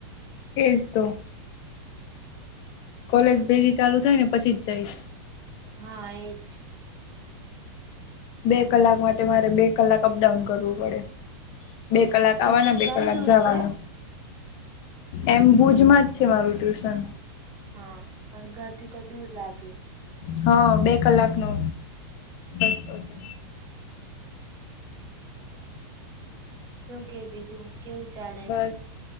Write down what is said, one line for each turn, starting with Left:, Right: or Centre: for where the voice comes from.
Left: એજ તો. કોલેજ પેલી ચાલુ થાય ને પછી જ જાઈશ.
Right: હા એજ
Left: બે કલાક માટે મારે બે કલાક અપડાઉન કરવું પડે. બે કલાક
Right: ટ્યુશન
Left: આવાના બે
Right: ઘણું
Left: કલાક
Right: દૂર
Left: જાવાના.
Right: છે
Left: એમ ભુજમાં જ છે મારું ટ્યુશન.
Right: હા પણ ઘરથી તો દૂર લાગે.
Left: હહ બે કલાકનો રસ્તો છે.
Right: શું કે બીજું? કેવું ચાલ
Left: બસ